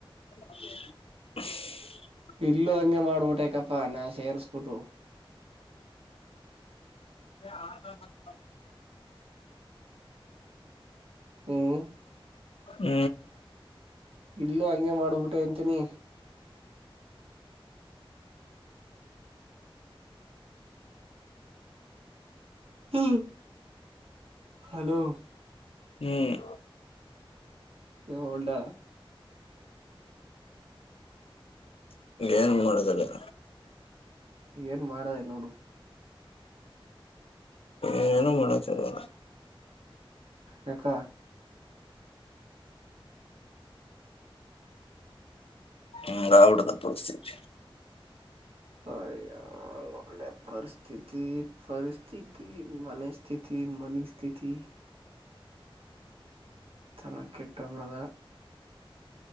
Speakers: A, on the left; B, on the right.
A: <inaudible>
B: ಇಲ್ಲೂ ಹಂಗೆ ಮಾಡ್ಬಿಟ್ಟೆಕಪ್ಪಾ ನಾ ಸೇರಿಸ್ಬಿಟ್ಟು.
A: ಆ <inaudible>
B: ಹ್ಮ್
A: ಹ್ಮ್
B: ಇಲ್ಲೂ ಹಂಗೆ ಮಾಡ್ಬಿಟ್ಟೆ ಅಂತಿನಿ. ಹ್ಮ ಹಲೋ
A: ಹ್ಮ್
B: ಹಲ್ಡ <unintelligible>
A: ಏನ್ ಮಾಡದಲ್ಲಿಗ
B: ಏನ್ ಮಾಡದ ಈಗ್ ನೋಡು.
A: ಏನು ಮಾಡಕ್ಕಾಗಲ್ಲ.
B: ಯಾಕ?
A: ಹ್ಮ ಹಂಗಾಗ್ಬಿಟ್ಟದೆ ಪರಿಸ್ಥಿತಿ.
B: ಹ ಒಳ್ಳೆ ಪರಿಸ್ಥಿತಿ ಪರಿಸ್ಥಿತಿ ಮನೆ ಸ್ಥಿತಿ ಮನಸ್ಥಿತಿ. ತರ ಕೆಟ್ಟೋಗ್ಬಡದ.